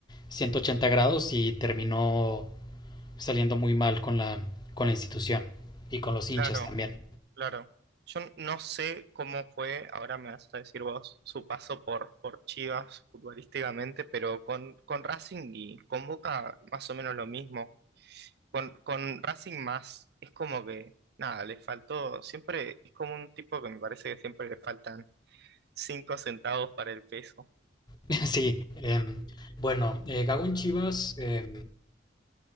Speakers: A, on the left; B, on the right.
A: 180 grados y terminó saliendo muy mal con la, con la institución y con los
B: claro,
A: hinchas también.
B: claro. Yo no sé cómo fue, ahora me vas a decir vos, su paso por, por Chivas futbolísticamente, pero con, con Racing y con Boca más o menos lo mismo. Con, con Racing más, es como que, nada, le faltó, siempre, es como un tipo que me parece que siempre le faltan cinco centavos para el peso.
A: <laughs> Sí, eh, bueno, eh, Gago en Chivas, eh,